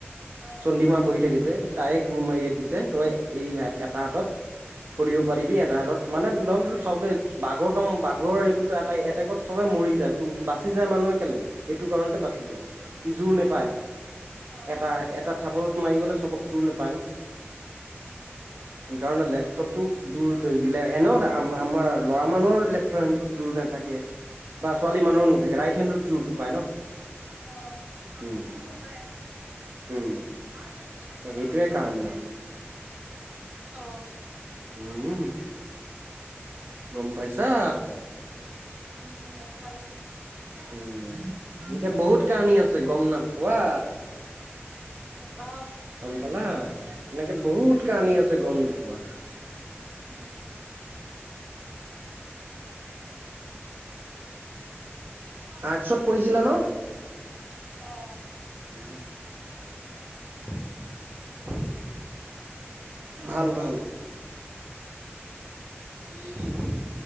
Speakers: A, on the right; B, on the right.
A: অ
B: চণ্ডীমা বহি থাকে যে তাই গুৰ মাৰি ৰাখিছে তই এই এটা হাতত কৰিব পাৰিবি এটা হাতত মানে নহ'লে চবে বাঘৰ কাম বাঘৰ এইটোত এটাই এটেকত চবে মৰি যায় বাচি যায় মানুহে কেলে সেইটো কাৰণতে বাচি যায় সি জোৰ নেপায়
A: অ
B: এটা এটা থাবত মাৰিবলে চবক জোৰ নেপায় ন
A: উম
B: সেইকাৰণে লেফ্টতো জোৰ এনেও আ আমাৰ ল'ৰা মানুহৰ লেফ্ট লেফ্ট হেণ্ডৰ জোৰ নাথাকে বা ছোৱালী
A: উম,
B: মানুহো নাথাকে ৰাইট হেণ্ডত জোৰটো পায় ন
A: অ
B: উম
A: চবৰে আছে
B: উম সেইটোৱে কাহানী হয়
A: অ
B: উম গম পাইছা
A: উম গম পালো
B: উম এনেকা বহুত কাহানী আছে গম নোপোৱা
A: নেপাও
B: গম পালা এনেকে বহুত কাহানী আছে গম নোপোৱা
A: উম
B: আৰ্টচত পঢ়িছিলা ন
A: অ'।
B: উম
A: <inaudible> <unintelligible>
B: ভাল ভাল
A: উম